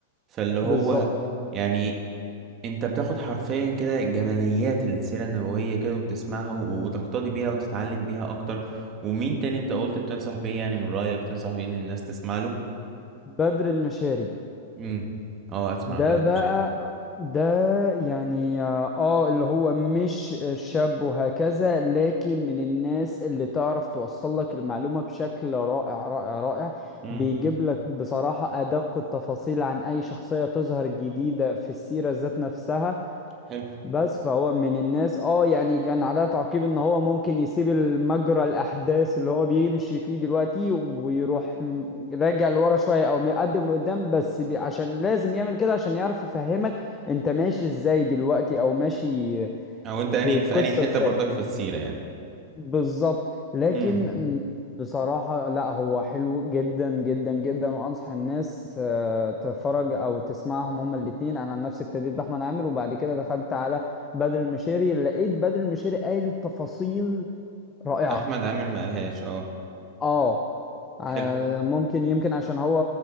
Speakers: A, on the right (about 30°); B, on the left (about 20°).
A: فاللي هو
B: بالظبط
A: يعني انت بتاخد حرفيا كده جماليات السيرة النبوية كده وبتسمعها و- وتقتدي بيها وتتعلم بيها اكتر ومين تاني انت قلت بتنصح بيه يعني من رأيك تنصح بيه ان الناس تسمع له
B: بدر المشاري
A: امم اه اسمع
B: ده
A: عن بدر
B: بقى
A: المشاري
B: ده يعني اه آه، اللي هو مش شاب وهكذا لكن من الناس اللي تعرف توصل لك المعلومة بشكل رائع رائع رائع
A: امم
B: بيجيب لك بصراحة أدق التفاصيل عن أي شخصية تظهر جديدة في السيرة ذات نفسها
A: حلو
B: بس فهو من الناس اه يعني كان عليها تعقيب ان هو ممكن يسيب المجرى الاحداث اللي هو بيمشي فيه دلوقتي ويروح م- راجع لورا شويه او مقدم لقدام بس بي عشان لازم يعمل كده عشان يعرف يفهمك انت ماشي ازاي دلوقتي او ماشي
A: او انت
B: في
A: اني
B: القصه
A: في اني حتة
B: ازاي
A: برضك في السيرة يعني
B: بالظبط لكن
A: امم
B: م- بصراحة لا هو حلو جدا جدا جدا وأنصح الناس آه، تتفرج أو تسمعهم هما الاتنين أنا عن نفسي ابتديت بأحمد عامر وبعد كده دخلت على بدر المشيري لقيت بدر المشيري قايل تفاصيل رائعة
A: احمد عامر ما قالهاش اه
B: اه آه،
A: حلو
B: ممكن يمكن عشان هو